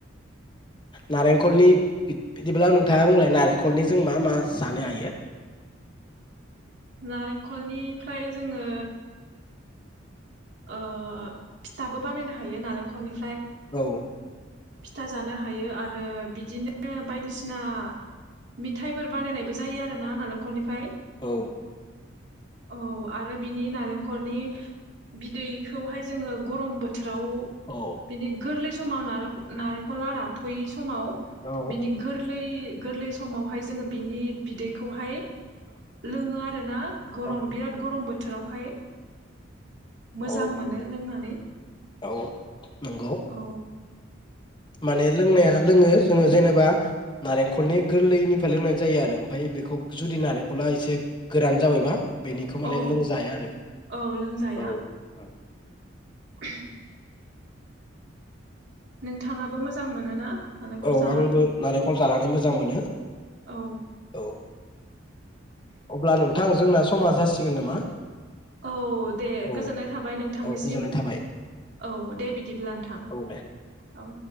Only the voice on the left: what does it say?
नारेंखलनि बिद बिदिब्ला नोंथाङा बुंलाय नारेंखलनि जों मा मा जानो हायो?
औ
औ
औ
औ
औ
औ
औ। नंगौ।
माने लोंनाया लोङो जोङो जेनेबा नारेंखलनि गोरलैनिफ्राय लोंनाय जायो आरो ओमफ्राय बेखौ जुदि नारेंखला एसे गोरान जाबायबा। बेनिखौ माने
लोंजाया आरो
औ
औ
आंबो नारेंखल जानानै मोजां मोनो
औ। अब्ला नोंथां। जोंना समा जासिगोन नामा?
औ
औ गोजोननाय थाबाय
औ दे।